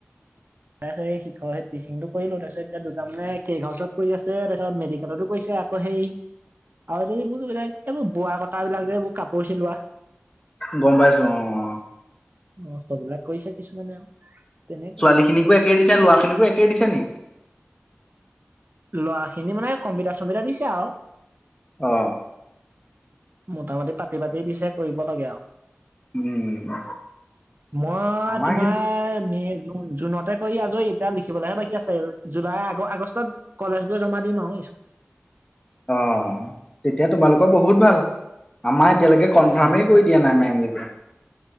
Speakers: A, on the right (about 50°); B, on the left (about 20°).
A: তাৰপিছত এই শিকৰ এই টিচিংটো কৰিলো তাৰপিছত এতিয়া দুটা মানে কেক হাউছত কৰি আছে তাৰছত মেডিকেলতো কৰিছে। আকৌ সেই আৰু এইবোৰ যিবিলাক এইবোৰ বোৱা কটাবিলাক যে এইবোৰ কাপোৰ চিলোৱা।
B: গম পাইছো অ অ
A: অ সেইবিলাক কৰিছো কিছুমানে আৰু তেনেকুৱাই
B: ছোৱালী খিনিকো একেই দিছে ল'ৰা খিনিকো একেই দিছে নি
A: লৰা খিনি মানে কম্পিউটাৰ চম্পিউটাৰ দিছে আও
B: অ
A: মোটামুটি পাতি পাতি দিছে কৰিব লাগে আৰু
B: উম
A: মই
B: আমাৰ
A: তোমাৰ
B: কি
A: মেজ জুনতে কৰি আজৰি এতিয়া লিখিবলৈহে বাকী আছে জুলাই আগ আগষ্টত কলেজ গৈ জমা দিম আও অ
B: অ তেতিয়া তোমালোকৰ বহুত ভাল আমাৰ এতিয়ালৈকে কনাৰ্মে
A: আমাৰ ভাল
B: কৰি দিয়া নাই মেমগিতা